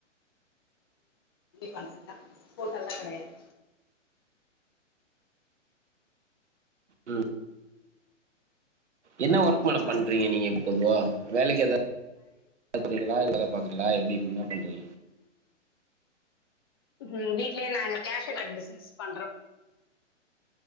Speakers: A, on the left (about 20°); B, on the right (about 65°).
A: பண்ணிருட்டேன் ஃோட்டெல்லாம் கிடையா <inaudible> து
B: ம் என்ன ஒர்க் மேடம் பண்றீங்க
A: அதான்
B: நீங்க இப்ப போதுவ வேலைக்கு எதாவ் <inaudible> பாக்றீங்களா இல்ல எதாவ் பாக்குறீயலா எப்டி இப்ப என்ன பண்றது
A: ம் வீட்லே நாங்க கேஷூநட் பிஸ்னஸ் பண்றோ